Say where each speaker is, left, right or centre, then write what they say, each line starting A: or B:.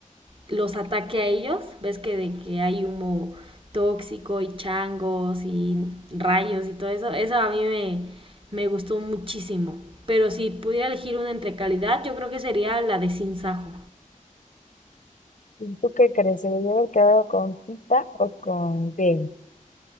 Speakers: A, on the right (about 40°); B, on the left (about 70°).
A: los ataque a ellos, ves que de que hay humo tóxico y changos y rayos y todo eso, eso a mí me, me gustó muchísimo. Pero si pudiera elegir una entre calidad, yo creo que sería la de Sin Sajo.
B: ¿Y tú qué crees? ¿Se debió haber quedado con Pita o con Gale?